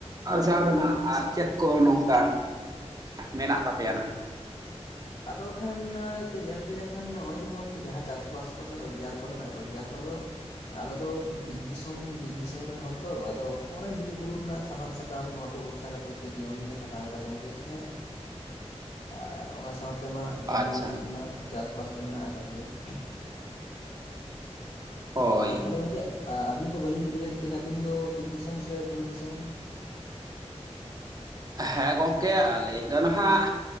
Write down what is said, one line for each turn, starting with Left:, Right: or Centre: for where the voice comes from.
Right: ᱟᱨᱡᱟᱣ ᱨᱮᱱᱟᱜ ᱟᱨ ᱪᱮᱫ ᱠᱚ ᱱᱚᱝᱠᱟᱱ ᱢᱮᱱᱟᱜ ᱛᱟᱯᱮᱭᱟ ᱱᱟᱦᱟᱸᱜ?
Left: ᱟᱫᱚ ᱠᱷᱟᱱ ᱧᱮᱞ ᱵᱤᱱᱟ ᱠᱷᱟᱱ ᱱᱚᱜᱼᱚᱭ ᱡᱮᱢᱚᱱ ᱡᱟᱦᱟᱸ ᱪᱟᱥᱵᱟᱥ ᱠᱚᱥ ᱨᱳᱡᱽᱜᱟᱨ ᱠᱚᱨᱮᱱᱟᱜ ᱨᱳᱡᱽᱜᱟᱨ ᱠᱚᱫᱚ ᱟᱞᱮ ᱫᱚ ᱵᱤᱨ ᱫᱤᱥᱚᱢ ᱵᱤᱫ ᱫᱤᱥᱚᱢ ᱨᱮᱱ ᱦᱚᱲ ᱛᱚ᱾ ᱟᱫᱚ ᱚᱱᱮ ᱵᱤᱨ ᱵᱩᱨᱩ ᱨᱮᱱᱟᱜ ᱥᱟᱦᱟᱱ ᱥᱟᱠᱟᱢ ᱱᱚᱣᱟ ᱠᱚ ᱵᱚᱨᱥᱟ᱾ ᱱᱚᱝᱠᱟ ᱠᱟᱛᱮᱜᱮ ᱡᱤᱭᱚᱱ ᱞᱮ ᱠᱷᱟᱸᱰᱟᱣ ᱮᱫᱟ ᱜᱚᱢᱠᱮ ᱦᱮ, ᱟᱨ ᱚᱱᱟ ᱱᱚ ᱛᱮ ᱢᱟ
Right: ᱟᱪᱪᱷᱟ
Left: ᱡᱚᱢ ᱧᱩ ᱞᱟᱹᱜᱤᱫ ᱢᱟ ᱪᱟᱥᱵᱟᱥ ᱫᱚ ᱢᱮᱱᱟᱜ ᱟᱠᱟᱫ ᱜᱮ ᱾
Right: ᱦᱳᱭ
Left: ᱛᱟᱦᱚᱞᱮ ᱜᱚᱢᱠᱮ ᱟᱹᱵᱤᱱ ᱫᱚ ᱵᱟᱹᱞᱤᱧ ᱠᱩᱞᱤ ᱞᱮᱫ ᱵᱤᱱᱟ, ᱟᱹᱵᱤᱱ ᱫᱚ ᱵᱤᱨ ᱫᱤᱥᱚᱢ ᱥᱮ ᱵᱩᱨᱩ ᱫᱤᱥᱚᱢ?
Right: ᱦᱮᱸ ᱜᱚᱢᱠᱮ ᱟᱹᱞᱤᱧ ᱫᱚ ᱱᱟᱦᱟᱜ